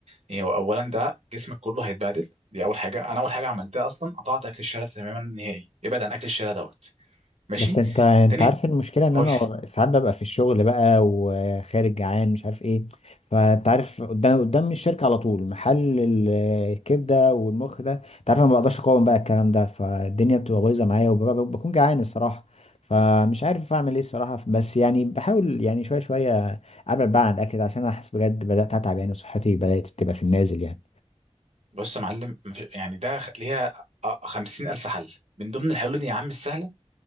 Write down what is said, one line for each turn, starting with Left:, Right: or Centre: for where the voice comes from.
Right: يعني هو اولا ده جسمك كله هيتبهدل دي اول حاجه انا اول حاجه عملتها اصلا قطعت اكل الشارع تماما نهائي ابعد عن اكل الشارع دوت ماشي
Left: بس انت انت
Right: تاني
Left: عارف المشكله ان
Right: قول
Left: انا
Right: لي
Left: ساعات ببقى في الشغل بقى وخارج جعان مش عارف ايه فانت عارف قدام قدام الشركه على طول محل ال- الكبده والمخ ده انت عارف انا ما بقدرش اقاوم بقى الكلام ده فالدنيا بتبقى بايظه معايا وبكون جعان الصراحه فمش عارف اعمل ايه الصراحه بس يعني بحاول يعني شويه شويه ابعد بقى عن الاكل ده عشان انا حاسس بجد بدات اتعب يعني وصحتي بدات تبقى في النازل يعني
Right: بص يا معلم مفيش- يعني ده خ- ليها آه، خمسين الف حل من ضمن الحلول دي يا عم السهله